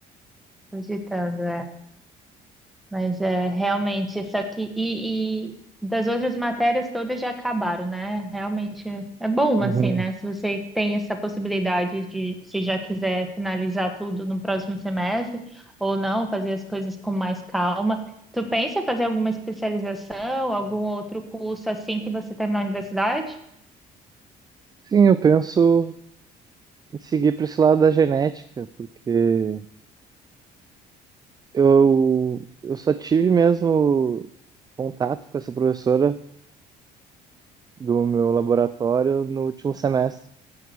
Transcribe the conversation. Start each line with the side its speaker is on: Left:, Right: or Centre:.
Centre: Cogitando, Mas é realmente isso aqui. E, e das outras matérias todas já acabaram, né? Realmente é bom,
Right: Uhum.
Centre: assim, né? Se você tem essa possibilidade de, se já quiser finalizar tudo no próximo semestre, ou não, fazer as coisas com mais calma. Tu pensa em fazer alguma especialização, algum outro curso assim que você terminar a universidade?
Right: Sim, eu penso em seguir para esse lado da genética, porque eu, eu só tive mesmo contato com essa professora do meu laboratório no último semestre,